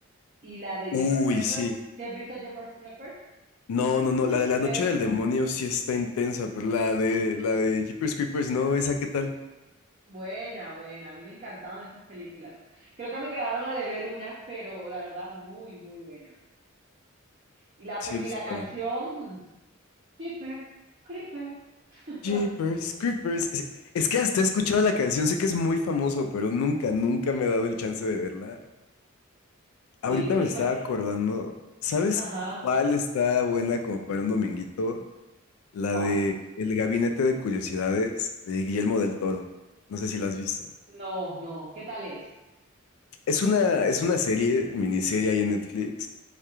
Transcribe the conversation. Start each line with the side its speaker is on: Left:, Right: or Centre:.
Right: y la de
Left: Uy,
Right: Jeepers Creepers.
Left: sí.
Right: ¿Te has visto Jeepers Creepers?
Left: No, no, no,
Right: Jeepers.
Left: la de la noche del demonio sí está intensa, pero la de la de Jeepers Creepers no, esa qué tal?
Right: Buena, buena. A mí me encantaban esas películas. Creo que me quedaron a deber una, pero la verdad, muy, muy buena. Y la,
Left: Sí,
Right: pe-
Left: pues
Right: y la
Left: para
Right: canción, mm, Jeepers Creepers. <laughs>
Left: Jeepers Creepers. Es, es que hasta he escuchado la canción, sé que es muy famoso, pero nunca, nunca me he dado el chance de verla. Ahorita
Right: Sí, sí,
Left: me estaba
Right: porque.
Left: acordando, ¿sabes
Right: Ajá.
Left: cuál está buena como para un dominguito? La
Right: ¿Cuál?
Left: de El Gabinete de Curiosidades de Guillermo del Toro. No sé si la has visto.
Right: No, no. ¿Qué tal es?
Left: Es una, es una serie, miniserie ahí en Netflix